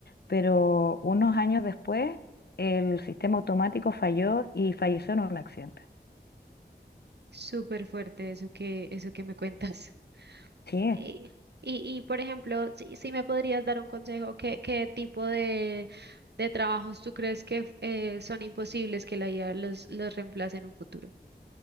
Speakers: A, on the left (about 65°); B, on the right (about 70°).
A: Pero unos años después el sistema automático falló y falleció en un accidente.
B: súper fuerte eso que, eso que me cuentas.
A: Sí.
B: Y, y, y, por ejemplo, si, si me podrías dar un consejo, ¿qué, qué tipo de, de trabajos tú crees que eh, son imposibles que la IA los, los reemplace en un futuro?